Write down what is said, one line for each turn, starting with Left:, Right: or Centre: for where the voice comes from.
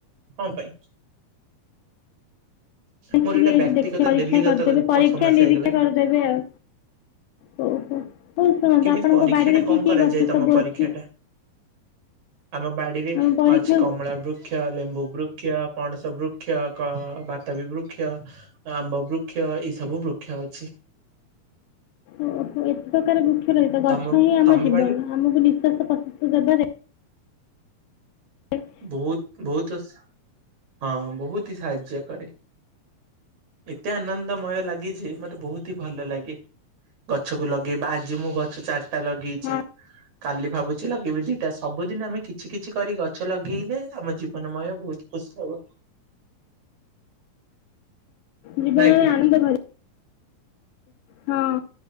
Right: କଂପାଇଁ ମୋର
Left: ଟିକେ
Right: ଏଟା
Left: ଏଇଠି
Right: ବ୍ୟା
Left: ଦେଖି
Right: <unintelligible>
Left: ପରୀକ୍ଷା
Right: ଡେଲି ଗତ
Left: କରିଦେବେ ପରୀକ୍ଷା
Right: କ ସମସ୍ୟା
Left: ନିରୀକ୍ଷା
Right: ହେଇଗଲାଣି।
Left: କରିଦେବେ ଆଉ ହଉ ହଉ ହଉ ଶୁଣନ୍ତୁ
Right: କେମିତି
Left: ଆପଣଙ୍କ
Right: ପରୀକ୍ଷା
Left: ବାଡ଼ିରେ
Right: ଟା କଣ
Left: କି କି
Right: କରାଯାଏ
Left: ଗଛ
Right: ତମ
Left: ସବୁ
Right: ପରୀକ୍ଷା
Left: ଅଛି
Right: ଟା? ଆମ ବାଡିରେ
Left: ଆମ ପରୀକ୍ଷା
Right: ଅଛି କମ କମଳାବୃକ୍ଷ, ଲେମ୍ବୁବୃକ୍ଷ, ପଣସବୃକ୍ଷ, ବାତାବିବୃକ୍ଷ ଆମ୍ବବୃକ୍ଷ ଏଇସବୁ ବୃକ୍ଷ ଅଛି।
Left: ଓ ଏତେ ପ୍ରକାର ବୃକ୍ଷ ରହିଥା ଗଛ
Right: ତମ
Left: ହିଁ ଆମ
Right: ତମ
Left: ଜୀବନ
Right: ବାଡିରେ
Left: ଆମକୁ ନିଶ୍ଵାସ ପ୍ରଶ୍ୱାସ ଦେବାରେ ହ
Right: ବହୁତ ବହୁତ ହଁ ବହୁତ ହି ସାହାଯ୍ୟ କରେ। ଏତେ ଆନନ୍ଦମୟ ଲାଗି ଯେ ମତେ ବହୁତ ହି ଭଲ ଲାଗେ। ଗଛକୁ ଲଗେଇବା ଆଜି ମୁଁ ଗଛ ଚାରିଟା ଲଗେଇଛି।
Left: ହଁ
Right: କାଲି ଭାବୁଛି ଲଗେଇିବି ଦିଟା ସବୁଦିନ ଆମେ କିଛି କିଛି କରିକି ଗ ଛ ଲଗେଇଲେ ଆମ ଜୀବନମୟ ବହୁତ ଖୁସି ହବ।
Left: ଜୀବନରେ
Right: ନାଇଁ କି
Left: ଆନନ୍ଦ ଭ ହଁ